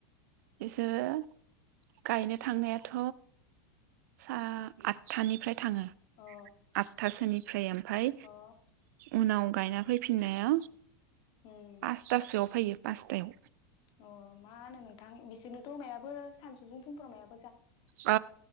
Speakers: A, on the right; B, on the left.
A: बिसोरो गायनो थांनायाथ' सा आतथानिफ्राय थाङो
B: अ
A: आतथा सोनिफ्राय ओमफाय
B: अ
A: उनाव गायना फैफि नाया
B: उम
A: पासतासोआव फैयो। पासतायाव
B: अ मा होनो नोंथां बिसोरनोथ' मायाबो सानसुफुं फुंफोराव मायाब
A: औ